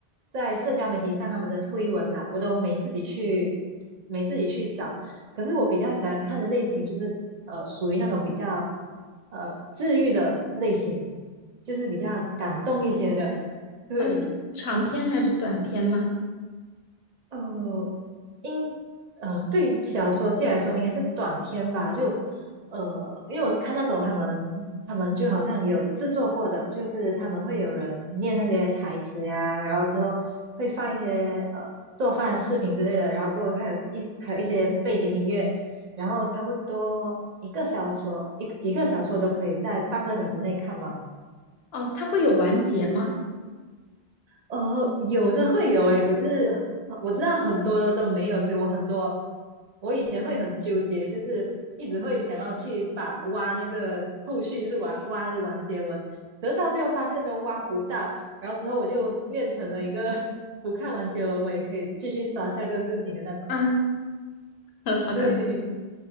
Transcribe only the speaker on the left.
呃是长篇还是短篇吗？
哦，它会有完结吗？
啊，<laughs> 好搞